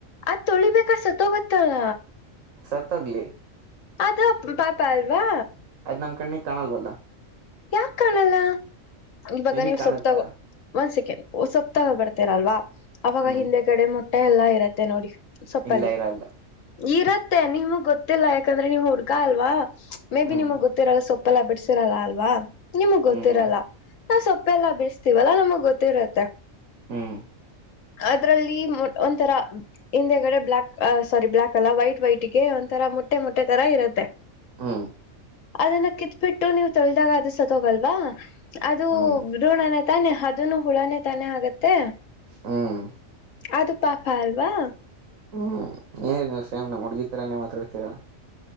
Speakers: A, on the left; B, on the right.
A: ಅದ್ ತೊಳಿಬೇಕಾ ಸತ್ತ ಗೊತ್ತಲ್ಲ
B: ಸತ್ತ ಹೋಗ್ಲಿ.
A: ಅದು ಪಾಪ ಅಲ್ವಾ
B: ಅದ್ ನಮ್ ಕಣ್ಣಿಗೆ ಕಾಣಲ್ಲವಲ್ಲ.
A: ಯಾಕ ಕಾಣಲ್ಲ ಇವಾಗ
B: ನಿಮಗ್
A: ನೀವು
B: ಕಾಣುತ್ತಾ
A: ಸೊಪ್ಪತಾಗೋ ಒಂದ್ ಸೆಕೆಂಡ್ ಬರ್ತರಲ್ವ ಅವಾಗ
B: ಹ್ಮ್
A: ಹಿಂದೆ ಕಡೆ ಮೊಟ್ಟೆ ಎಲ್ಲಾ ಇರತ್ತೆ ನೋಡಿ. ಸೊಪ್ಪಲಿ
B: ಇಲ್ಲ ಇರಲ್ಲ
A: ಇರತ್ತೆ ನಿಮಗ್ ಗೊತ್ತಿಲ್ಲ ಯಾಕಂದ್ರೆ ನೀವು ಹುಡ್ಗ ಅಲ್ವಾ. ಮೇ
B: ಹ್ಮ್
A: ಬಿ ನಿಮಗ್ ಗೊತ್ತಿರಲ್ಲ ಸೊಪ್ಪಲ್ಲ ಬಿಡ್ಸಿರಲ್ಲ ಅಲ್ವಾ ನಿಮಗ್ ಗೊತ್ತಿರಲ್ಲ
B: ಹ್ಮ್
A: ನಾ ಸೊಪ್ಪ ತಪ್ಪೆಲ್ಲ ಬಿಡಸ್ತಿವಲ್ಲಾ ನಮಗ್ ಗೊತ್ತಿರತ್ತೆ.
B: ಹ್ಮ್
A: ಅದ್ರಲ್ಲಿ ಒಂಥರ ಹಿಂದೆಗಡೆ ಬ್ಲ್ಲಾಕ್ ಸ್ವರಿ ಬ್ಲ್ಯಾಕ್ ಅಲ್ಲ ವೈಟ್ ವೈಟ್ ಗೆ ಒಂಥರ ಮೊಟ್ಟೆ ಮೊಟ್ಟೆ ತರ ಇರುತ್ತೆ.
B: ಹ್ಮ.
A: ಅದನ್ನ ಕಿತ್ಬಿಟ್ಟು ನೀವು ತೊಳ್ದಾಗ ಅದು ಸತ್ತೋಗಲ್ವಾ ಅದು
B: ಹ್ಮ್
A: ಭ್ರೂಣನೆ ತಾನೆ. ಅದನು ಹುಳಾನೇ ತಾನೆ ಆಗತ್ತೆ
B: ಹ್ಮ್
A: ಅದು ಪಾಪ ಅಲ್ವಾ.
B: ಹ್ಮ್ ಏನ್ ನೀವು ಸೇಮ್ ನಮ್ಮ ಹುಡ್ಗಿ ತರಾನೇ ಮಾತಾಡ್ತೀರಾ.